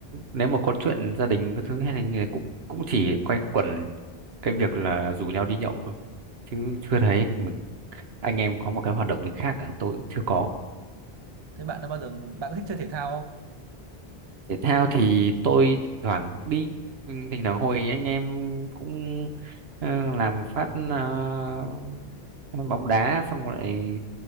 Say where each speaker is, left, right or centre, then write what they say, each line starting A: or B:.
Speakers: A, on the right; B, on the right.
A: nếu mà có chuyện gia đình các thứ hay là như thế cũng cũng chỉ quay quẩn cái việc là rủ nhau đi nhậu thôi chứ chưa
B: Ờ.
A: thấy mình anh em
B: Ừ.
A: có một cái hoạt động gì khác cả tôi cũng chưa có
B: thế bạn đã bao giờ bạn có thích chơi thể thao không
A: thể thao thì tôi thỉnh thoảng cũng đi Ừ, thỉnh thoảng hồi anh em cũng ờ, làm phát ờ, bóng đá xong lại